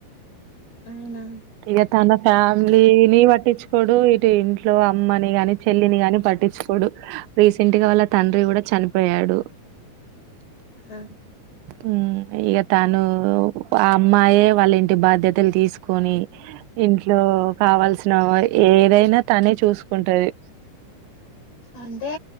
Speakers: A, on the left (about 55°); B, on the right (about 80°).
A: అవునా
B: ఇక తన ఫ్యామిలీనీ పట్టించుకొడు ఇటు ఇంట్ల లో అమ్మని కాని చెల్లిని గాని పట్టించుకోడు రీసెంట్ గా వాళ్ళ తండ్రి కూడా చనిపోయాడు
A: ఆ
B: ఉ ఈగ తను అమ్మాయే వాళ్ళ ఇం టీ బాధ్యతలు తీసుకు కొని ఇంట్లో కావాల్సిన ఏదైనా తనే చూసుకుంటది
A: అంటే